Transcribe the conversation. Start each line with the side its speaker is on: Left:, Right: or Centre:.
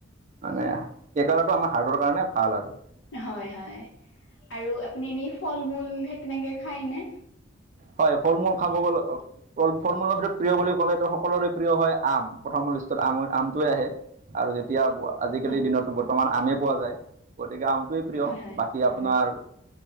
Right: মানে, কেঁকোৰাটো আমাৰ হাৰ্টৰ কাৰণে ভাল আৰু।
Left: হয়, হয়। আৰু আপুনি এনেই ফল-মূল, সেই তেনেকে খায় নে?
Right: হয়! ফল-মূল খাব ক'লে, ফল- মূলৰ ভিতৰত, প্ৰিয় বুলি ক'লেতো, সকলোৰে প্ৰিয় হয়, আম। প্ৰথম লিষ্টত আম আমটোৱে আহে আৰু যেতিয়া আজিকালিৰ
Left: হয়,
Right: দিনতো বৰ্তমান আমেই পোৱা যায়। গতিকে আমটোৱেই প্ৰিয়
Left: হয়,
Right: বাকী আপোনাৰ